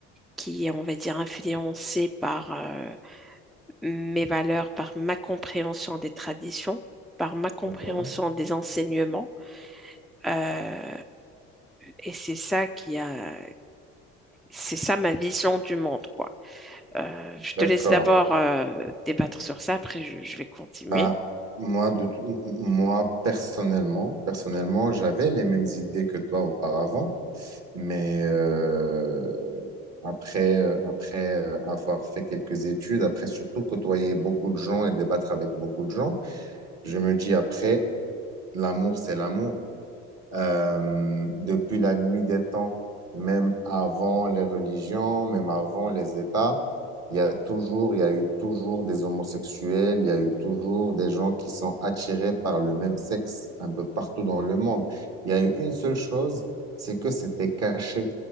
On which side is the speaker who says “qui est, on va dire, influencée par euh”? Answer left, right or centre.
Centre